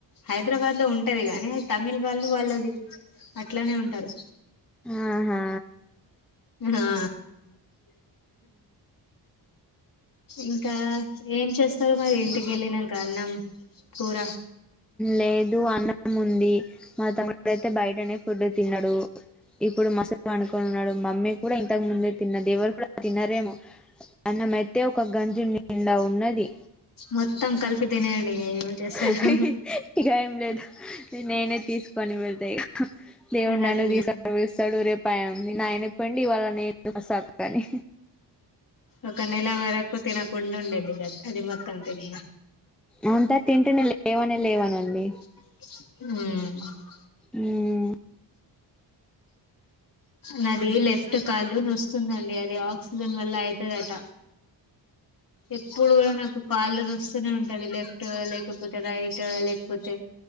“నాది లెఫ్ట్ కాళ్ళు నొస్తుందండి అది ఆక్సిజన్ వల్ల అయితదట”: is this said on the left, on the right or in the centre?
Left